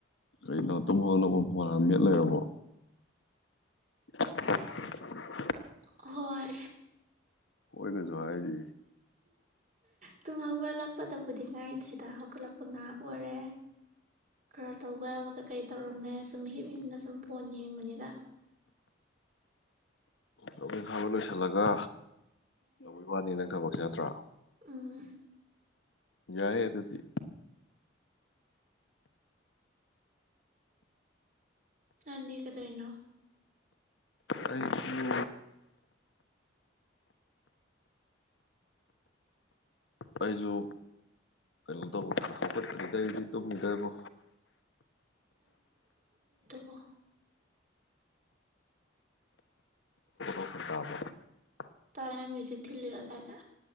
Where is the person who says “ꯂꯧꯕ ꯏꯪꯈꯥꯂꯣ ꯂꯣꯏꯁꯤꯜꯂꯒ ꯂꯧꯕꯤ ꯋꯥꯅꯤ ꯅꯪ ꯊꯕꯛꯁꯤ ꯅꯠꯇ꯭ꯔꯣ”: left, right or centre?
Left